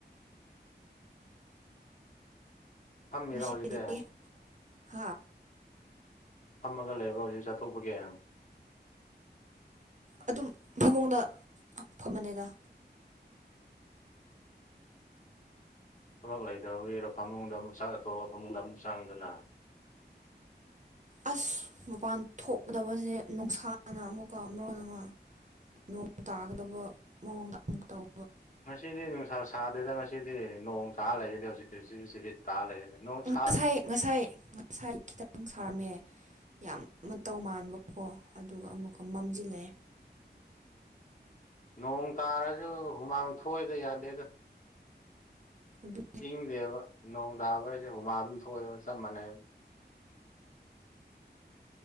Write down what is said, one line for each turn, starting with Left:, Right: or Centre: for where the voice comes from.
Left: ꯐꯝꯃꯤꯔꯣ
Right: ꯃꯁꯤꯗꯤ
Left: ꯍꯧꯖꯤꯛꯇꯤ
Right: ꯍꯥ
Left: ꯐꯝꯃꯒ ꯂꯩꯕ꯭ꯔꯣ ꯍꯧꯖꯤꯛ ꯆꯠꯊꯣꯛꯄꯒꯤ
Right: ꯑꯗꯨꯝ ꯐꯃꯨꯡꯗ ꯐꯝꯕꯅꯤꯗ
Left: ꯊꯕꯛ ꯂꯩꯇꯕꯒꯤꯔꯣ ꯐꯃꯨꯡꯗ ꯑꯃꯨꯛ ꯆꯥꯛ ꯆꯥꯊꯣꯛꯑꯒ ꯐꯃꯨꯡꯗ ꯑꯃꯨꯛ ꯆꯥꯡꯉꯤꯗꯨꯅ
Right: ꯑꯁ ꯃꯄꯥꯟ ꯊꯣꯛꯀꯗꯕꯁꯦ ꯅꯨꯡꯁꯥꯅ ꯑꯃꯨꯛꯀ ꯃꯔꯣꯟ ꯑꯃ ꯅꯣꯡ ꯇꯥꯒꯗꯕ ꯃꯑꯣꯡꯗ ꯑꯃꯨ ꯇꯧ
Left: ꯉꯁꯤꯗꯤ ꯅꯨꯡꯁꯥ ꯁꯥꯗꯦꯗ ꯉꯁꯤꯗꯤ ꯅꯣꯡ ꯇꯥꯔ ꯂꯩꯔꯤꯗꯤ ꯍꯧꯖꯤꯛ ꯍꯧꯖꯤꯛ ꯍꯧꯖꯤꯛ ꯇꯥ ꯂꯩꯔꯦꯅꯦ ꯅꯨꯡꯁꯥ
Right: ꯉꯁꯥꯏ ꯉꯁꯥꯏ ꯉꯁꯥꯏ ꯈꯤꯇꯪ ꯁꯥꯔꯝꯃꯦ ꯌꯥꯝ ꯃꯇꯧ ꯃꯥꯟꯕ ꯀꯣ ꯑꯗꯨꯒ ꯑꯃꯨꯛꯀ ꯃꯝꯖꯤꯜꯂꯛꯑꯦ
Left: ꯅꯣꯡ ꯇꯥꯔꯁꯨ ꯍꯨꯃꯥꯡ ꯊꯣꯛꯏꯗ ꯌꯥꯗꯦꯗ
Right: ꯑꯗꯨ
Left: ꯏꯪꯗꯦꯕ ꯅꯣꯡ ꯇꯥꯕꯩꯁꯨ ꯍꯨꯃꯥꯡ ꯑꯗꯨꯝ ꯊꯣꯛꯑꯦꯕ ꯆꯞ ꯃꯥꯟꯅꯩꯕ